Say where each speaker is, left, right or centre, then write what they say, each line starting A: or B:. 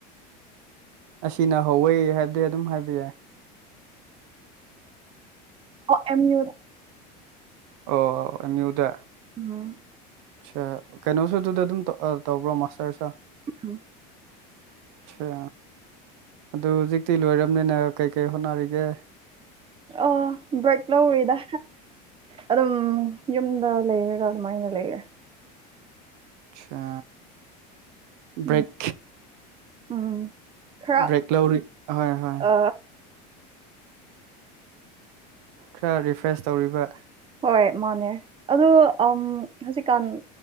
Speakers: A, on the right; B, on the right.
A: ꯑꯁꯤꯅ ꯍꯧꯋꯦ ꯍꯥꯏꯕꯗꯤ ꯑꯗꯨꯝ ꯍꯥꯏꯕ ꯌꯥꯏ
B: ꯑꯣ ꯑꯦꯝ ꯌꯨꯗ
A: ꯑꯣ ꯑꯦꯝ ꯌꯨꯗ
B: ꯎꯝ
A: ꯁꯥ ꯀꯩꯅꯣꯁꯨ ꯗꯨꯗ ꯑꯗꯨꯝ ꯇꯧꯕ꯭ꯔꯣ ꯃꯥꯁꯇꯔꯁꯨ
B: ꯎꯝ
A: ꯁꯥ ꯑꯗꯨ ꯍꯧꯖꯤꯛꯇꯤ ꯂꯣꯏꯔꯕꯅꯤꯅ ꯀꯩꯀꯩ ꯍꯣꯠꯅꯔꯤꯒꯦ
B: ꯑꯥ ꯕ꯭ꯔꯦꯛ ꯂꯧꯔꯤꯗ ꯑꯗꯨꯝ ꯌꯨꯝꯗ ꯂꯩꯔꯒ ꯑꯗꯨꯃꯥꯏꯅ ꯂꯩꯔꯦ
A: ꯁꯥ ꯕ꯭ꯔꯦꯛ
B: ꯎꯝ ꯎꯝ ꯈꯔ
A: ꯕ꯭ꯔꯦꯛ ꯂꯧꯔꯤ ꯍꯣꯏ ꯍꯣꯏ
B: ꯑ
A: ꯈ꯭ꯔꯥ ꯔꯤꯐ꯭ꯔꯦꯁ ꯇꯧꯔꯤꯕ
B: ꯍꯣꯏ ꯃꯥꯅꯦ ꯑꯗꯨ ꯍꯧꯖꯤꯛꯀꯥꯟ